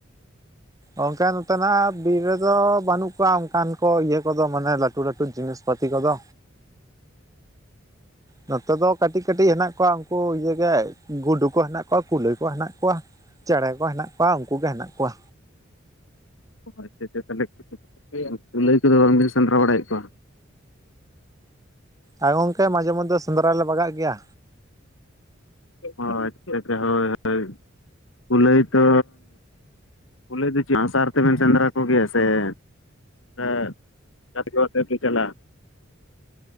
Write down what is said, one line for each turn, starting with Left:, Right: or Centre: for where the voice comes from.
Right: ᱚᱱᱠᱟ ᱱᱚᱛᱮᱱᱟᱜ ᱵᱤᱨ ᱨᱮᱫᱚ ᱵᱟᱱᱩᱜ ᱠᱚᱣᱟ ᱚᱱᱠᱟᱱ ᱠᱚ ᱤᱭᱟᱹ ᱠᱚᱫᱚ ᱢᱟᱱᱮ ᱞᱟᱹᱴᱩ ᱞᱟᱹᱴᱩ ᱡᱤᱱᱤᱥ ᱯᱟᱛᱤ ᱠᱚᱫᱚ ᱱᱚᱛᱮ ᱫᱚ ᱠᱟᱹᱴᱤᱡ ᱠᱟᱹᱴᱤᱡ ᱦᱮᱱᱟᱜ ᱠᱚᱣᱟ ᱩᱱᱠᱩ ᱤᱭᱟᱹ ᱜᱮ ᱜᱩᱰᱩ ᱠᱚ ᱦᱮᱱᱟᱜ ᱠᱚᱣᱟ ᱠᱩᱞᱟᱹᱭ ᱠᱚ ᱦᱮᱱᱟᱜ ᱠᱚᱣᱟ ᱪᱮᱬᱮ ᱠᱚ ᱦᱮᱱᱟᱜ ᱠᱚᱣᱟ ᱩᱱᱠᱩ ᱜᱮ ᱦᱮᱱᱟᱜ ᱠᱚᱣᱟ
Left: ᱟᱪᱪᱷᱟ ᱟᱪᱪᱷᱟ ᱛᱟᱦᱞᱮ ᱠᱩᱞᱟᱹᱭ ᱠᱚᱫᱚ ᱵᱟᱝᱵᱤᱱ ᱥᱮᱸᱫᱽᱨᱟ ᱵᱟᱲᱟᱭᱮᱫ ᱠᱚᱣᱟ
Right: ᱦᱮᱸ ᱜᱚᱝᱠᱮ ᱢᱟᱡᱷᱮ ᱢᱚᱫᱽᱫᱷᱮ ᱥᱮᱫᱽᱨᱟ ᱞᱮ ᱵᱟᱜᱟᱜ ᱜᱮᱭᱟ
Left: ᱚ ᱟᱪᱪᱷᱟ ᱟᱪᱪᱷᱟ ᱦᱳᱭ ᱦᱳᱭ ᱠᱩᱞᱟᱹᱭ ᱛᱚ ᱠᱩᱞᱟᱹᱭ ᱫᱚ ᱪᱮᱫ ᱟᱸᱜ ᱥᱟᱨ ᱛᱮᱵᱮᱱ ᱥᱮᱸᱫᱽᱨᱟ ᱠᱚᱜᱮᱭᱟ ᱥᱮ ᱮᱫ <unintelligible>